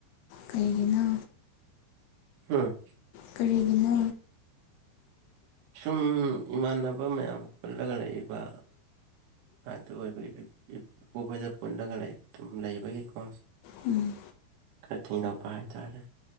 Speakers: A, on the left; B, on the right.
A: ꯀꯩꯒꯤꯅꯣ
B: ꯍꯨꯝ
A: ꯀꯔꯤꯒꯤꯅꯣ
B: ꯁꯨꯝ ꯏꯃꯥꯟꯅꯕ ꯃꯌꯥꯝ ꯄꯨꯜꯂꯒ ꯂꯩꯏꯕ ꯑꯗꯨ ꯑꯣꯏꯕꯒꯤ ꯏꯄꯨꯈꯣꯏꯗ ꯄꯨꯜꯂꯒ ꯗꯨꯝ ꯂꯩꯕꯒꯤꯀꯣ
A: ꯎꯝ
B: ꯈꯔ ꯊꯦꯡꯗꯣꯛꯄ ꯍꯥꯏꯇꯥꯔꯦ